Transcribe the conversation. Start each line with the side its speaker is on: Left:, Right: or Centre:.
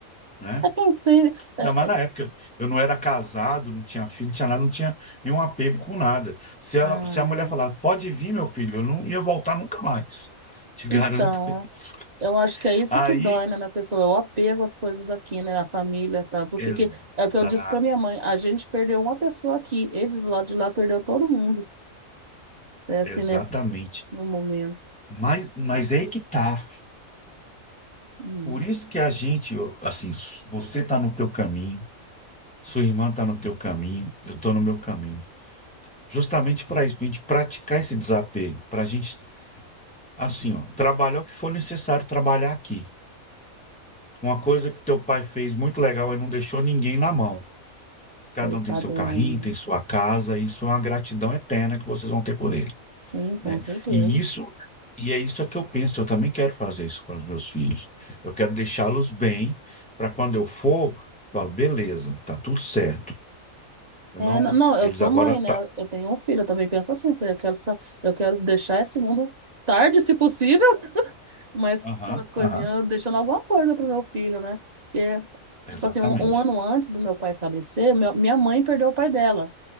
Centre: né?
Right: É que em si, é-
Centre: Ainda mais
Right: é-
Centre: na época, eu não era casado, não tinha filho, não tinha nada, não tinha nenhum apego com nada. Se ela,
Right: ah,
Centre: se a mulher falar, pode vir, meu filho, eu não ia voltar nunca mais. Te garanto
Right: então,
Centre: <laughs> isso.
Right: eu acho que é isso
Centre: Aí,
Right: que dói, né, na pessoa, é o apego às coisas aqui, né, na família, e tal. Porque
Centre: exa-
Right: que, é o que eu disse pra minha mãe, a gente perdeu uma pessoa aqui, ele do lado de lá perdeu todo mundo, é assim,
Centre: exatamente.
Right: né, no momento.
Centre: Mas, mas é aí que tá.
Right: Hum,
Centre: Por isso que a gente, eu- assim, s- você tá no teu caminho, sua irmã tá no teu caminho, eu tô no meu caminho. Justamente para isso, para a gente praticar esse desapego, para a gente, assim, ó, trabalhar o que for necessário trabalhar aqui. Uma coisa que teu pai fez muito legal é não deixou ninguém na mão. Cada
Right: coitada,
Centre: um tem seu
Right: é,
Centre: carrinho, tem sua casa, e isso é uma gratidão eterna que vocês vão ter por ele.
Right: sim, com
Centre: né?
Right: certeza.
Centre: E isso, e é isso que eu penso, eu também quero fazer isso com os meus filhos. Eu quero deixá-los bem para quando eu for, eu falo, beleza, tá tudo certo. Eu
Right: É,
Centre: não,
Right: n- não, eu
Centre: eles
Right: sou
Centre: agora
Right: mãe, né,
Centre: tá,
Right: eu tenho um filho, eu também penso assim, eu quero, sa- eu quero deixar esse mundo tarde, se possível, mas
Centre: aham,
Right: com as coisinhas,
Centre: aham,
Right: deixando alguma coisa pro meu filho, né? Porque,
Centre: exatamente.
Right: tipo assim, um, um ano antes do meu pai falecer, meu- minha mãe perdeu o pai dela.